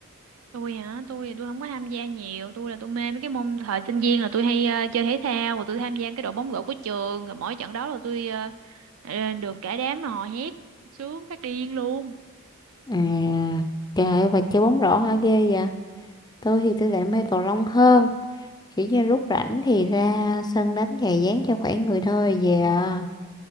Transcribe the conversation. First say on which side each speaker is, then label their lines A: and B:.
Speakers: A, on the right; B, on the left.
A: tôi hả tôi thì tôi không có tham gia nhiều tôi là tôi mê mấy cái môn thời sinh viên là tôi hay ờ, chơi thể thao rồi tôi tham gia cái đội bóng rổ của trường rồi mỗi trận đó là tôi ờ, ờ, được cả đám mà hò hét sướng phát điên luôn
B: À, trời và chơi bóng rổ hả ghê vậy? Tôi thì tôi lại mê cầu lông hơn. Kiểu như lúc rảnh thì ra sân đánh chà dán cho khỏe người thôi về à.